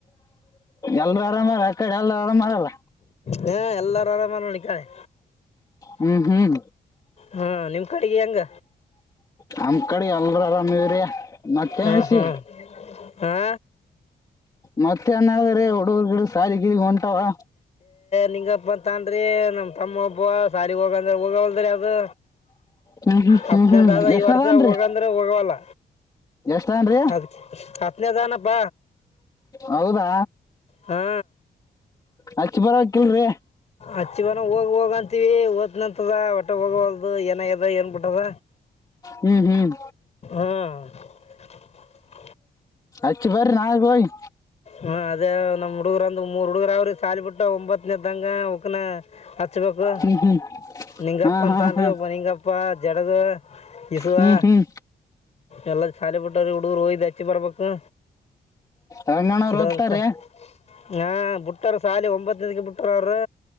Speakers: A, on the left; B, on the left.
A: ಎಲ್ರೂ ಆರಾಮಹರಾ ಆ ಕಡೆ ಎಲ್ರುೂ ಆರಾಮ್ಹರಾಲ್ಲ
B: ಹ ಎಲ್ಲಾರು ಆರಾಮ ನೋಡ ಇಕ್ಕಡಿ
A: ಹ್ಮ್ ಹ್ಮ್
B: ಹಾ ನಿಮ ಅಡಿಗೆ ಹಂಗ
A: ನಮ್ಮ ಕಡಿ ಎಲ್ರು ಆರಾಮ ಇದೀವಿರಿ ಮತ್ತೆ
B: ಹಾ
A: ಏಸಿ
B: ಹಾ ಹಾ
A: ಮತ್ತ ಏನ್ ಅದರಿ ಹುಡುಗುರು ಗುಡುಗುರು ಸಾಲಿಗಿ ಹೊಂಟಾವಾ
B: ಲಿಂಗಪ್ಪ ತೊಗೊಂಡ್ರಿ ನಮ್ಮ ತಮ್ಮ ಒಬ್ಬ ಸಾಲಿಗ ಹೋಗಂದ್ರ ಹೋಗಲ್ದ್ರಿ ಅದು
A: ಹ್ಮ್ ಹ್ಮ್
B: ಹತ್ನೆದಾದ್
A: ಹ್ಮ್ ಹ್ಮ್ ಎಷ್ಟದನ್ರಿ
B: ಈ ವರ್ಷ ಹೋಗಂದ್ರೆ ಹೋಗವಲ್ಲ
A: ಎಷ್ಟನ್ರಿ
B: ಹತ್ತ ಹತ್ನೇ ಅದಾನಪ್ಪ
A: ಹೌದಾ
B: ಹಾ
A: ಹಚ್ಚಿ ಬರಕಿಲ್ರಿ
B: ಅಚ್ಚಿಗನ ಹೋಗ ಹೋಗಂತೀವಿ ಓದನಂತದ ವಟ್ ಹೋಗಲ್ದು ಏನಾಗ್ಯದ ಏನ್ ಬಿಟ್ಟದ
A: ಹ್ಮ್ ಹ್ಮ್
B: ಹ್ಮ್
A: ಅಚ್ಚು ಬರಿ ನಾಳಿ ಹೋಗಿ
B: ಹಾ ಅದೇ ನಮ್ಮ್ ಹುಡುಗ್ರಂದ ಮೂರ್ ಹುಡುಗರ ಅವ್ರಿ ಸಾಲಿ ಬಿಟ್ಟ ಒಂಬತ್ನದಂಗ ಅವಕ್ನ ಹಚ್ಬೇಕು
A: ಹ್ಮ್ ಹ್ಮ್
B: ನಿಂಗಪ್ಪ
A: ಹಾ
B: ಅಂತ
A: ಹಾ
B: ಅನ್ಬ
A: ಹಾ
B: ನಿಂಗಪ್ಪ ಜಡಗ ಇಸುವಾ
A: ಹ್ಮ್ ಹ್ಮ್
B: ಎಲ್ಲಾ ಶಾಲಿ ಬಿಟ್ಟಾವರಿ ಹುಡುಗರು ಹೋಯಿ ದ ಅಚ್ಚಿಬರಬೇಕ್ಕು
A: ರಂಗಣ್ಣವ್ರು
B: ಇದೋದ
A: ಹೋಗ್ತಾರ್ರಿ
B: ತಾ ಹಾ ಬಿುಟ್ಟಾರ ಸಾಲಿ ಒಂಬತ್ತಕ್ಕೆ ಬಿಟ್ಟ ಕ್ ಅವರು